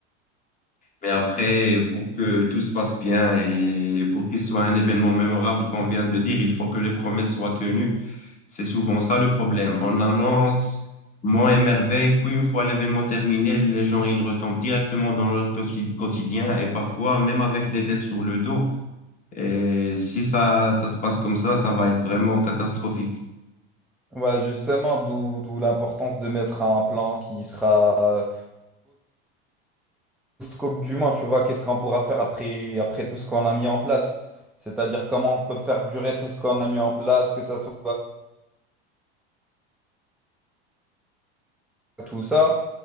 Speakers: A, on the left; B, in the centre.
A: Mais après, pour que tout se passe bien et pour qu'il soit un événement mémorable qu'on vient de dire, il faut que les promesses soient tenues. C'est souvent ça le problème. On annonce Mont et merveille, puis une fois l'événement terminé, les gens ils retombent directement dans leur quoti- quotidien et parfois même avec des dettes sur le dos. Et si ça, ça se passe comme ça, ça va être vraiment catastrophique.
B: Ouais, justement, d'où d'où l'importance de mettre un plan qui sera euh, post-Coupe du Monde, tu vois, qu'est-ce qu'on pourra faire après, après tout ce qu'on a mis en place. C'est-à-dire comment on peut faire durer tout ce qu'on a mis en place, que ça soit tout ça,